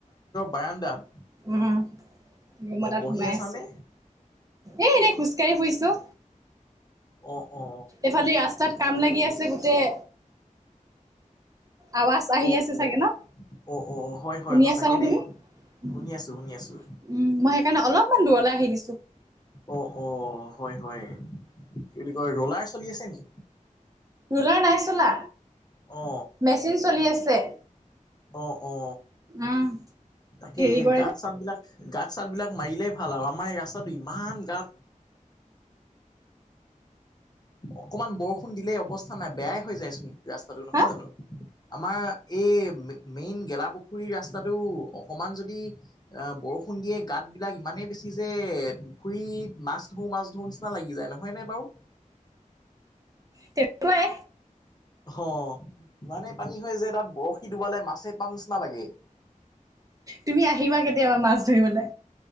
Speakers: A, on the left; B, on the right.
A: বাৰণ্ডাত
B: উম ৰুম এটাত
A: বহি
B: সোমাই
A: আছানে
B: আছো এ এনেই খোজ কাঢ়ি ফুৰিছোঁ
A: অ অ
B: এইফালে দি ৰাস্তাত কাম লাগি আছে গোটেই আৱাজ আহি
A: অ
B: আছে
A: অ
B: চাগে ন
A: অ অ হয় হয়
B: শুনি
A: সঁচাকে
B: আছা ন
A: দেই
B: তুমি উম
A: শুনি আছো শুনি আছো
B: উম মই সেইকাৰণে অলপমান দূৰলে আহিলো
A: অ অ হয় হয় কি বুলি কয় ৰলাৰ চলি আছে নি
B: ৰোলাৰ নাই চলা
A: অ
B: মেচিন চলি আছে
A: অ অ
B: উম
A: বাকী
B: হেৰি কৰে
A: গাত
B: যে
A: চাত বিলাক গাঁত চাতবিলাক মাৰিলেই ভাল আৰু আমাৰ এই ৰাস্তাটো ইমান গত অকমান বৰষুণ দিলেই অৱস্থা নাই বেয়াই হৈ যায়চোন ৰাস্তাটো নহয়
B: হা
A: জানো আমাৰ এই মেইন গেলাপুখুৰীৰ ৰাস্তাটো অকমান যদি বৰষুণ দিয়ে গাত বিলাক ইমানেই বেছি যে পুখুৰীত মাছ ধও মাছ ধও নিচিনা লাগি যায় নহয় ন বাৰু <inaudible>
B: তেনেকুৱাই
A: অ ইমানেই পানী হয় যে তাত বৰশী ডুবালে মাছে পাম নিচিনা লাগে <inaudible>
B: তুমি আহিবা কেতিয়াবা মাছ ধৰিবলে